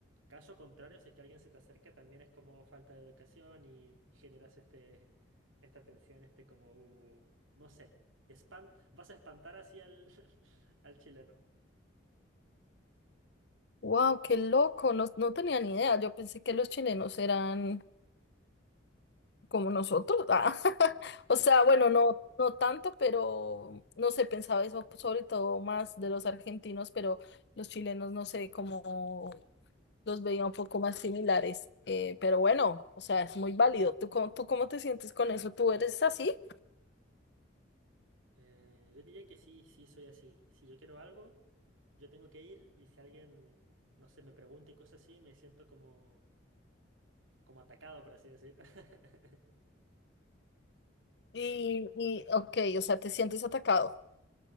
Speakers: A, on the right (about 85°); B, on the left (about 55°).
A: Caso contrario, si es que alguien se te acerca, también es como falta de educación y generas este, esta tensión, este como, uh, no sé, espant vas a espantar así al, <laughs> al chileno.
B: Wow, qué loco, no, no tenía ni idea. Yo pensé que los chilenos eran como nosotros. Ah, <laughs> O sea, bueno, no, no tanto, pero no sé, pensaba eso sobre todo más de los argentinos, pero los chilenos no sé cómo los veía un poco más similares. Eh, pero bueno, o sea, es muy válido. ¿Tú cómo, tú cómo te sientes con eso? ¿Tú eres así?
A: Eh, yo diría que sí, sí soy así. Si yo quiero algo, yo tengo que ir y si alguien, no sé, me pregunta y cosas así, me siento como, como atacado, por así decir. <laughs>
B: Y, y ok, o sea, te sientes atacado.